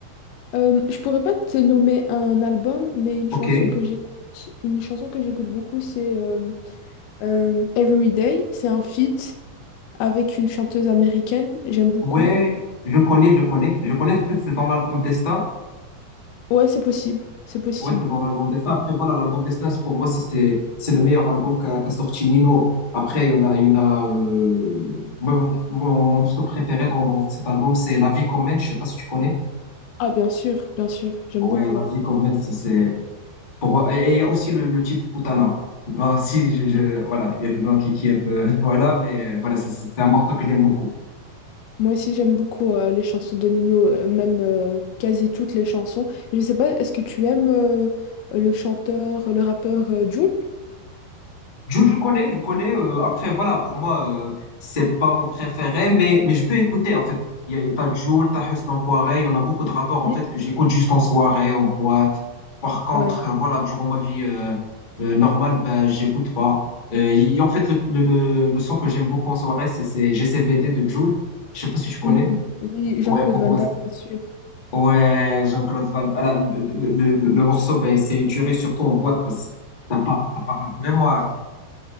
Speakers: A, on the left; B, on the left.
A: Euh, je pourrais pas te nommer un album, mais une
B: Ok.
A: chanson que j'écoute, une chanson que j'écoute beaucoup, c'est euh, Euh, Everyday, c'est un feat avec une chanteuse américaine, j'aime beaucoup.
B: Ouais, je connais, je connais. Je connais, en fait, c'est dans l'album Destin.
A: Ouais, c'est possible, c'est possible.
B: Ouais, c'est dans l'album Destin. Après, voilà, l'album Destin, c'est- pour moi, c'est c'est- c'est le meilleur album qu'a qu'a sorti Nino. Après, il y en a, il y en a euh, moi, mon, mon- mon morceau préféré dans, dans cet album, c'est La vie qu'on mène. Je sais pas si tu connais.
A: Ah, bien sûr, bien sûr, j'aime
B: Ouais,
A: beaucoup.
B: La vie qu'on mène, c'est c'est- pour moi. Et et il y a aussi le, le titre Putana. Ah, si, je, je-
A: Oui.
B: voilà, il y a le blanc qui, qui est un peu. <laughs> Voilà, mais voilà, c'est c'est- c'est un morceau que j'aime beaucoup.
A: Moi aussi, j'aime beaucoup euh, les chansons de Nino, euh, même euh, quasi toutes les chansons. Je sais pas, est-ce que tu aimes euh, le chanteur, le rappeur euh, Jul?
B: Jul, je connais, je connais. euh, après, voilà, pour moi, euh, c'est pas mon préféré, mais, mais je peux écouter, en fait. Il y a, t'as Jul, t'as Hus l'Enfoiré, il y en a beaucoup de rapports, en
A: Oui.
B: fait, que j'écoute juste en soirée, en boîte. Par contre,
A: Ouais,
B: euh, voilà, durant ma vie euh, euh, normale, ben, j'écoute pas. Euh, il y a, en fait, le, le, le, le son que j'aime beaucoup en soirée, c'est c'est GCVD de Jul. Je sais pas si tu connais.
A: oui, oui, oui, Jean-Claude
B: Ouais, pour
A: Van
B: moi,
A: Damme,
B: c'est-
A: bien sûr.
B: ouais, Jean-Claude Van... Damme. Ah là, le, le, le, le morceau, ben, c'est une tuerie, surtout en boîte, parce que ça part, ça part vraiment à